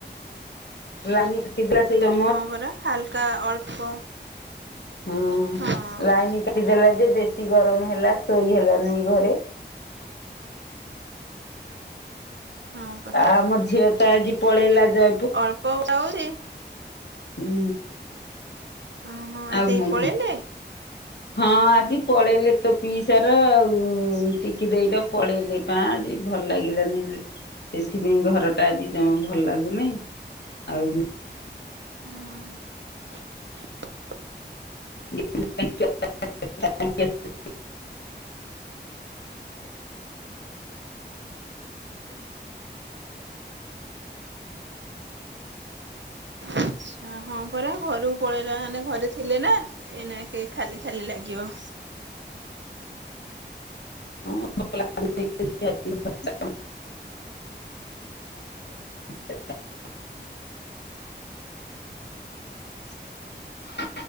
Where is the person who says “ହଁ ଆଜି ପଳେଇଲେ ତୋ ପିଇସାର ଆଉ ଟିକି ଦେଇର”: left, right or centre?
Left